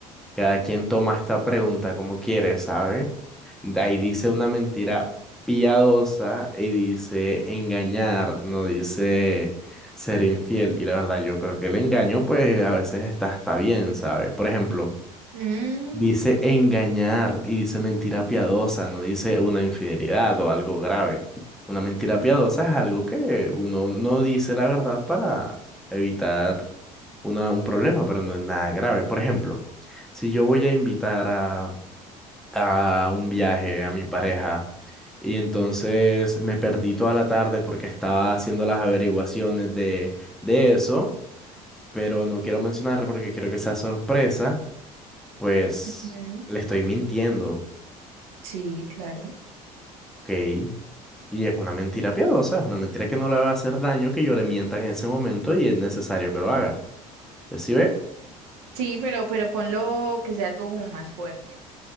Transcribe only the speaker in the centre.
Cada quien toma esta pregunta como quiere, ¿sabe? De Ahí dice una mentira piadosa y dice engañar, no dice ser infiel. Y la verdad, yo creo que el engaño, pues a veces está, está bien, ¿sabe? Por ejemplo,
Dice engañar y dice mentira piadosa, no dice una infidelidad o algo grave. Una mentira piadosa es algo que uno no dice la verdad para evitar una, un problema, pero no es nada grave. Por ejemplo, si yo voy a invitar a, a un viaje a mi pareja y entonces me perdí toda la tarde porque estaba haciendo las averiguaciones de, de eso, pero no quiero mencionar porque quiero que sea sorpresa pues
le estoy mintiendo,
¿ok? Y es una mentira piadosa, es una mentira que no le va a hacer daño que yo le mienta en ese momento y es necesario que lo haga. ¿Sí ve?